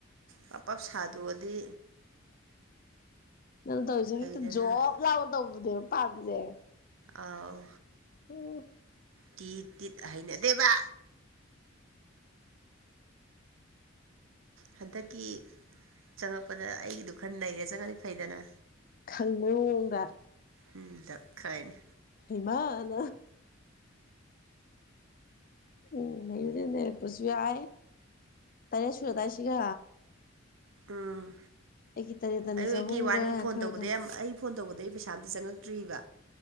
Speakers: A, on the right (about 85°); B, on the left (about 45°).
A: ꯄ ꯄꯞ ꯁꯥꯗꯣꯛꯑꯗꯤ
B: ꯅꯪ ꯇꯧꯔꯤꯁꯦ
A: ꯐꯩꯗꯅ
B: ꯍꯦꯛꯇ ꯖꯣꯕ ꯂꯥꯎꯅ ꯇꯧꯕꯗꯨꯅꯦꯕ ꯄꯥꯝꯃꯤꯁꯦ
A: ꯑꯥꯎ
B: ꯎꯝ
A: ꯇꯤ ꯇꯤꯠ ꯍꯩꯅꯗꯦꯕ ꯍꯟꯗꯛꯀꯤ ꯆꯪꯉꯛꯄꯗ ꯑꯩꯒꯤꯗꯨ ꯈꯔ ꯅꯩꯔꯦ ꯆꯪꯉꯗꯤ ꯐꯩꯗꯅ
B: ꯈꯪꯕꯑꯣꯡꯗ
A: ꯎꯝ ꯗꯈꯤꯟ
B: ꯏꯃꯥꯟ ꯎꯝ ꯅꯌꯨꯗꯤ ꯅꯔꯛꯄꯁꯨ ꯌꯥꯏ ꯇꯔꯦꯠ ꯁꯨꯨꯔꯗꯥꯏꯁꯤꯒ
A: ꯎꯝ
B: ꯑꯩꯒꯤ ꯇꯔꯦꯠꯇꯅꯦ
A: ꯑꯩꯌꯣꯏꯒꯤ
B: ꯆꯍꯨꯝꯒ
A: ꯋꯥꯔꯤ
B: ꯌꯥꯡꯈꯩꯑꯣꯏꯗꯣ
A: ꯐꯣꯟ ꯇꯧꯕꯗ ꯌꯥꯝ ꯑꯩ ꯐꯣꯟ ꯇꯧꯕꯗ ꯑꯩ ꯄꯩꯁꯥ ꯑꯝꯇ ꯆꯪꯉꯛꯇ꯭ꯔꯤꯕ